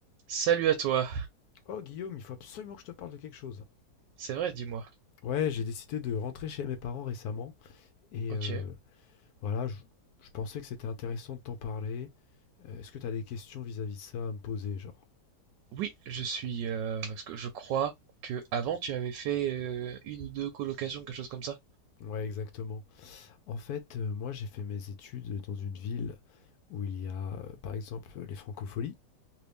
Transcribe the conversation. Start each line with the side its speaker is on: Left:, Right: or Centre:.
Right: Salut à toi.
Left: Oh Guillaume, il faut absolument que je te parle de quelque chose.
Right: C'est vrai, dis-moi.
Left: Ouais, j'ai décidé de rentrer chez mes parents récemment et
Right: Ok.
Left: euh, voilà, je, je pensais que c'était intéressant de t'en parler. Euh, Est-ce que t'as des questions vis-à-vis de ça à me poser, genre?
Right: Oui, je suis. euh, parce que je crois que avant tu avais fait euh, une ou deux colocations, quelque chose comme ça.
Left: Ouais, exactement. En fait, euh, moi j'ai fait mes études dans une ville où il y a euh, par exemple les francopholies.